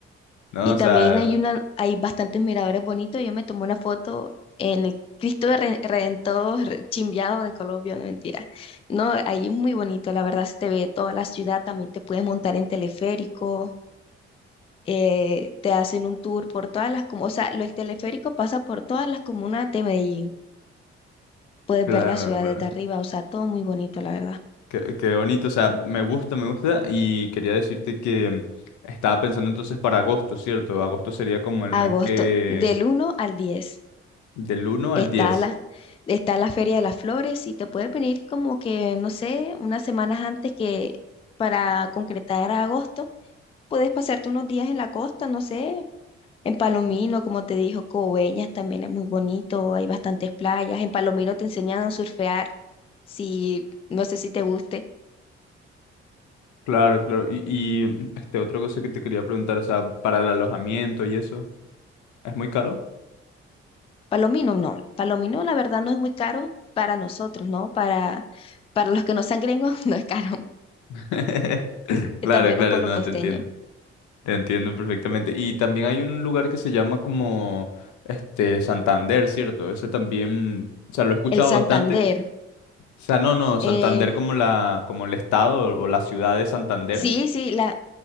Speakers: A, on the left (about 65°); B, on the left (about 20°).
A: No,
B: Y
A: o
B: también
A: sea,
B: hay una, hay bastantes miradores bonitos. Yo me tomé una foto en el Cristo de Re- Redentor Re- Chimbiado de Colombia, no mentira. No, ahí es muy bonito, la verdad se te ve toda la ciudad, también te puedes montar en teleférico, eh, te hacen un tour por todas las comunas, o sea, lo- el teleférico pasa por todas las comunas de Medellín. Puedes
A: claro,
B: ver la ciudad
A: claro.
B: desde arriba, o sea, todo muy bonito, la verdad.
A: Qué, qué bonito, o sea, me gusta, me gusta. Y quería decirte que mm, estaba pensando entonces para agosto, ¿cierto? Agosto sería como el mes
B: Agosto,
A: que
B: del uno al diez
A: del uno al
B: Está
A: 10.
B: la, está la Feria de las Flores y te puedes venir como que, no sé, unas semanas antes que para concretar a agosto. Puedes pasarte unos días en la costa, no sé, en Palomino, como te dijo, Coveñas también es muy bonito, hay bastantes playas. En Palomino te enseñan a surfear, si, no sé si te guste.
A: Claro, claro. Y, y mm, este, otra cosa que te quería preguntar, o sea, para el alojamiento y eso, ¿es muy caro?
B: Palomino, no, Palomino la verdad no es muy caro para nosotros, ¿no? Para, para los que no sean gringos, <laughs> no es caro.
A: <laughs>
B: Es
A: Claro,
B: también
A: claro,
B: un pueblo
A: no,
B: costeño.
A: te entiendo. Te entiendo perfectamente. Y también hay un lugar que se llama como este Santander, ¿cierto? Ese también, o sea, lo he escuchado
B: El Santander.
A: bastante. O sea, no, no, Santander
B: eh,
A: como la, como el estado o la ciudad de Santander.
B: Sí, sí, la,